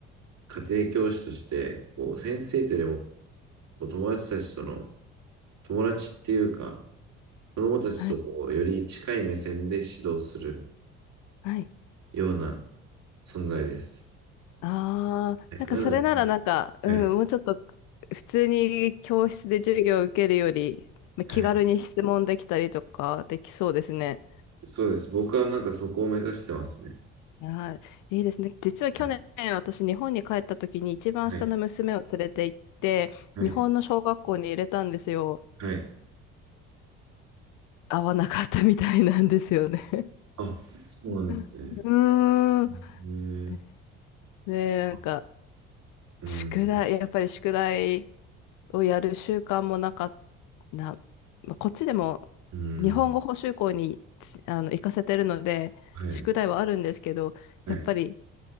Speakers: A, on the right; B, on the left.
A: 家庭教師として、こう先生というよりもこう友達たちとの友達っていうか、子供たちとこうより近い目線で指導する
B: はい、はい。
A: ような存在です。
B: ああ、
A: はい、
B: なんかそれならなんか、
A: なので、
B: うん、
A: はい、
B: もうちょっと普通に教室で授業を受けるより、まあ気軽に質問できたりとかできそうですね。
A: はい。そうです。僕はなんかそこを目指してますね。
B: はい、いいですね。実は去年私日本に帰った時に一番下の娘を連れて行って、
A: はい。はい。はい。
B: 日本の小学校に入れたんですよ。
A: はい
B: 合わなかったみたいなんですよね。
A: あ、そうなんですね。
B: <laughs> うーん。
A: へえ。
B: <laughs> ねなんか、
A: あうん。
B: 宿題、やっぱり宿題をやる習慣もなかったな、まあこっちでも
A: うん。
B: 日本語補習校につあの行かせてるので、
A: はい。
B: 宿題はあるんですけど、
A: はい。
B: やっぱり